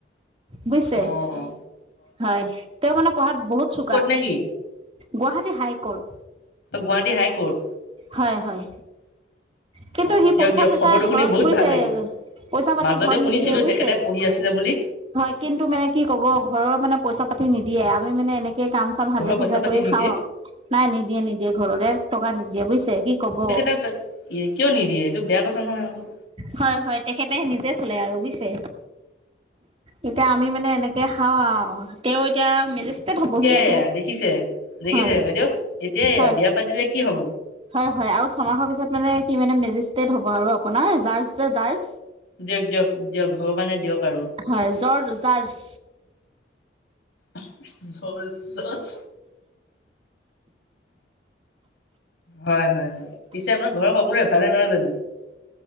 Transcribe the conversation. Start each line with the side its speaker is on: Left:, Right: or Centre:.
Right: বুজিছে,
Left: অ হয়
Right: হয় তেওঁ মানে পঢ়াত বহুত চোকা।
Left: নেকি
Right: Guwahati high court
Left: Guwahati high court
Right: হয়, হয়। কিন্তু
Left: অ
Right: সি
Left: দিয়ক
Right: পইচা
Left: দিয়ক
Right: -চইচা
Left: খবৰটো
Right: ঘৰত
Left: শুনি বহুত
Right: বুইছে।
Left: ভাল লাগিল
Right: পইচা পাতি
Left: মাজতে
Right: ঘৰত
Left: শুনিছিলো
Right: নিদিয়ে বুইছে।
Left: তেখেতে পঢ়ি আছিলে বুলি
Right: হয়, কিন্তু মানে কি কব ঘৰৰ মানে পইচা পাতি নিদিয়ে আমি মানে এনেকে কাম। কাম হাজিৰা
Left: ঘৰৰ
Right: চাজিৰা
Left: পইচা পাতি
Right: কৰি
Left: নিদিয়ে
Right: খাওঁ আৰু, নাই নিদিয়ে নিদিয়ে ঘৰলে টকা নিদিয়ে বুজিছে কি। ক'ব
Left: তেখেতৰ কিয় নিদিয়ে এইটো বেয়া কথা নহয় আকৌ।
Right: হয়, হয়, তেখেতে নিজে চলে আৰু বুইছে। এতিয়া আমি
Left: অ
Right: মানে এনেকে খাওঁ আৰু তেওঁ এতিয়া মেজেষ্টেট হবহি আৰু
Left: এয়া দেখিছে দেখিছে
Right: হয়
Left: বাইদেউ এতিয়া এয়া
Right: হয়
Left: বিয়া পাতিলে কি হ'ব।
Right: হয়, হয়, আৰু ছমাহৰ পিছত মানে সি মানে মেজিষ্ট্ৰেট হ'ব আৰু আপোনাৰ জাৰজ যে জাৰজ।
Left: দিয়ক দিয়ক দিয়ক ভগবানে দিয়ক আৰু।
Right: হয় জ জাৰজ।
Left: চ জাৰ্জ। হয়, হয়, হয়, পিছে আপোনাৰ ঘৰৰ সকলোৱে এফালে নহয় জানো।